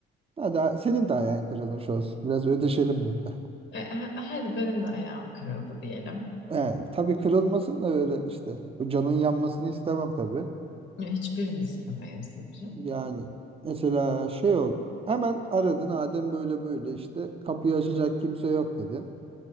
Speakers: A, on the right (about 30°); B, on the left (about 70°).
A: Hadi a- senin de ayağın kırılmış olsun. Biraz ödeşelim burada. <laughs>
B: E, ha- hadi benim de ayağım kırıldı diyelim.
A: Yani, tabii kırılmasın da öyle işte. O canın yanmasını istemem tabii.
B: E, Hiçbirimiz istemeyiz tabii canım.
A: Yani mesela şey ol. Hemen aradın Adem böyle böyle işte kapıyı açacak kimse yok dedi.